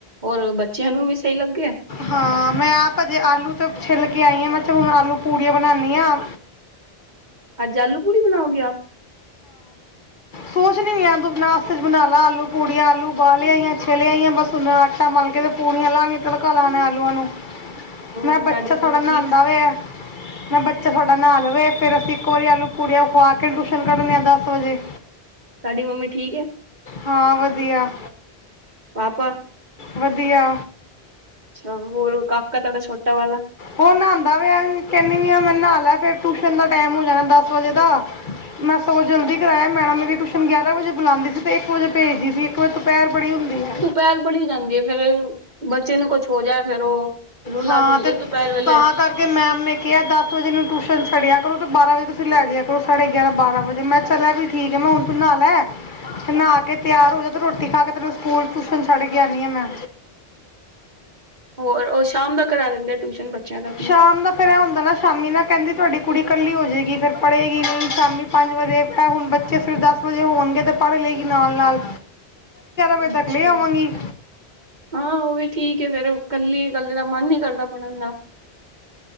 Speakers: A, on the right; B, on the left.
A: ਔਰ ਬੱਚਿਆਂ ਨੂੰ ਵੀ ਸਹੀ ਲੱਗੇ
B: ਹਾਂ, ਮੈਂ ਆਪ ਅਜੇ ਆਲੂ ਤੇ ਛਿੱਲ ਕੇ ਆਈ ਹਾਂ, ਮੈਂ ਕਿਹਾ ਚਲ ਹੁਣ ਆਲੂ ਪੂਰੀਆਂ ਬਣਾਉਣੀ ਹਾਂ।
A: ਅੱਜ ਆਲੂ ਪੂੜੀ ਬਣਾਓਗੇ ਆਪ।
B: ਸੋਚ ਰਹੀ ਆ ਨਾਸ਼ਤੇ ਚ ਬਣਾ ਲਾ ਆਲੂ ਪੂੜੀ ਆਲੂ ਉਬਾਲ ਆਈ ਛਿੱਲ ਆਈ ਆਂ ਬ ਮਲਕੇ ਤੇ ਪੁੜੀਆ ਲਾਉਣੀਆਂ ਤੜਕਾ ਲਾਣੇ ਆਲੂਆਂ ਨੂੰ
A: ਹੋਰ
B: ਮੈਂ
A: ਤੁਹਾਡੀ
B: ਬੱਚਾ
A: ਮੰਮੀ
B: ਥੋੜਾ ਨਹਾਉਂਦਾ
A: ਠੀਕ
B: ਪਿਆ ਮੈਂ ਬੱਚਾ ਥੋਡਾ ਬਸ ਨਹਾ ਲਵੇ ਫਿਰ ਅਸੀਂ ਇੱਕੋ ਵਾਰੀ ਆਲੂ ਪੂੜੀਆਂ ਖਆ ਕੇ ਟਿਊਸ਼ਨ ਕੱਢਣੀ ਆ ਦਸ ਵਜੇ।
A: ਸਾਡੀ ਮੰਮੀ ਠੀਕ ਹੈ
B: ਹਾਂ ਵਧੀਆ
A: ਪਾਪਾ?
B: ਵਧੀਆ।
A: ਅੱਛਾ ਹੋਰ। ਕਾਕਾ ਤੁਹਾਡਾ ਛੋਟਾ ਵਾਲਾ
B: ਉਹ ਨਹਾਉਦਾ ਪਿਆ ਕਹਿੰਦੀ ਆ ਮੈਂ ਨਹਾ ਲੈ ਫਿਰ ਟਿਊਸ਼ਨ ਦਾ ਟਾਈਮ ਹੋ ਜਾਣਾ ਦਸ ਵਜੇ ਦਾ ਮੈਂ ਸਗੋ ਜਲਦੀ ਕਰਵਾਇਆ ਮੈਡਮ ਮੇਰੀ ਟਿਊਸ਼ਨ ਗਿਆਰਾਂ ਵਜੇ ਬੁਲਾਉਂਦੀ ਸੀ ਤੇ ਇੱਕ ਵਜੇ ਭੇਜਦੀ ਸੀ ਇੱਕ ਵਜੇ ਦੁਪਹਿਰ ਬੜੀ ਹੁੰਦੀ ਹੈ
A: ਦੁਪਹਿਰ ਬੜੀ ਜਾਂਦੀ ਹੈ ਫੇਰ ਬੱਚੇ ਨੂੰ ਕੁੱਛ ਹੋ ਜਾਏ ਫੇਰ ਉਹ ਲੂ ਲੱਗ
B: ਹਾਂ
A: ਜਾਂਦੀ
B: ਤੇ
A: ਹੈ ਦੁਪਹਿਰ ਵੇਲੇ
B: ਤਾਂ ਕਰਕੇ ਮੈਮ ਨੇ ਕਿਹਾ ਦਸ ਵਜੇ ਨੂੰ ਟਿਊਸ਼ਨ ਛੱਡਿਆ ਕਰ। ਬਾਰਾਂ ਵਜੇ ਤੁਸੀਂ ਲੈ ਜਾਇਆ ਕਰੋ ਸਾਢੇ ਗਿਆਰਾਂ ਬਾਰਾਂ ਵਜੇ ਮੈਂ ਚਲਿਆ ਵੀ ਠੀਕ ਆ ਮੈਂ ਹੁਣ ਤੂੰ ਨਹਾ ਲੈ ਤੇ ਨਹਾ ਕੇ ਤਿਆਰ ਹੋ ਜਾ ਤੇ ਰੋਟੀ ਖਾ ਕੇ ਤੈਨੂੰ ਸਕੂਲ ਟਿਊਸ਼ਨ ਛੱਡ ਕੇ ਆਉਨੀ ਆ ਮੈ।
A: ਹੋਰ ਉਹ ਸ਼ਾਮ ਦਾ ਕਰਾ ਦਿੰਦੇ ਟਿਊਸ਼ਨ ਬੱਚਿਆਂ ਦਾ ਆਪਣੇ
B: ਸ਼ਾਮ ਦਾ ਫਿਰ ਇਹ ਹੁੰਦਾ ਨਾ ਸ਼ਾਮੀ ਨਾ ਕਹਿੰਦੀ ਤੁਹਾਡੀ ਕੁੜੀ ਇਕੱਲੀ ਹੋ ਜਾਵੇਗੀ ਫਿਰ ਪੜ੍ਹੇਗੀ ਨਹੀਂ ਸ਼ਾਮੀ ਪੰਜ ਵਜੇ ਹੁਣ ਬੱਚੇ ਫਿਰ ਦਸ ਵਜੇ ਹੋਣਗੇ ਅਤੇ ਪੜ੍ਹ ਲਏਗੀ ਨਾਲ ਨਾਲ ਵਜੇ ਤੱਕ
A: ਅੱਛਾ
B: ਲੈ ਆਵਾਂਗੀ
A: ਹਾਂ ਉਹ ਵੀ ਠੀਕ ਹੈ ਫੇਰ ਕੱਲੀ ਕੱਲੇ ਦਾ ਮਨ ਨੀ ਕਰਦਾ ਪੜ੍ਹਨ ਦਾ।